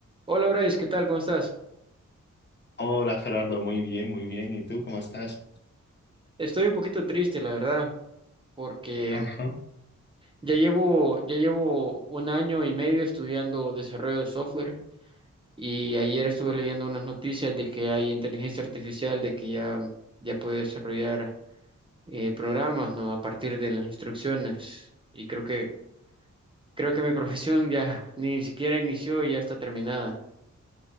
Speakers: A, on the right (about 20°); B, on the left (about 35°).
A: Hola Bryce, ¿qué tal? ¿Cómo estás?
B: Hola Gerardo, muy bien, muy bien. ¿Y tú cómo estás?
A: Estoy un poquito triste, la verdad, porque
B: Ajá.
A: ya llevo, ya llevo un año y medio estudiando desarrollo de software y ayer estuve leyendo unas noticias de que hay inteligencia artificial, de que ya, ya puede desarrollar eh, programas, ¿no? A partir de las instrucciones. Y creo que, creo que mi profesión ya ni siquiera inició y ya está terminada.